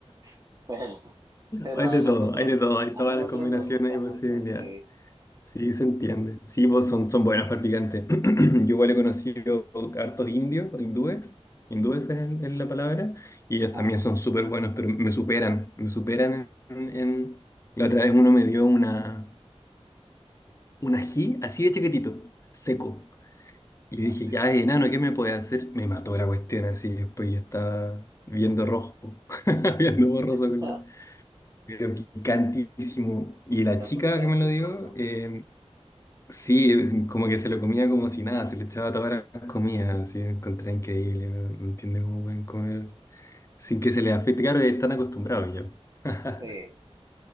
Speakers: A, on the right; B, on the left.
A: <laughs> Pero, pero
B: Hay
A: a
B: de
A: nosotros,
B: todo, hay de todo, hay
A: a
B: todas
A: nosotros
B: las combinaciones
A: nos gusta
B: y posibilidades.
A: mucho, sí.
B: Sí, se entiende. Sí, pues son, son buenos para el picante. <clears throat> Yo igual he conocido hartos indios, o hindúes, hindúes es, el- es la palabra, y ellos
A: ajá
B: también son súper buenos, pero me superan, me superan en... en- La otra vez uno me dio una... un ají así de chiquitito, seco. Y
A: ah,
B: dije,
A: sí.
B: ya, enano, ¿qué me puede hacer? Me mató la cuestión así. Después yo estaba viendo rojo, <laughs> viendo borroso
A: <laughs>
B: con la. Pero picantísimo. Y la
A: Está
B: chica
A: súper
B: que me
A: picoso.
B: lo dio, eh, sí, es como que se lo comía como si nada, se le echaba todas las comidas, así, lo encontré increíble. No no entiendo cómo pueden comer sin que se les afecte. Claro, están acostumbrados ya.
A: Sí,
B: <laughs>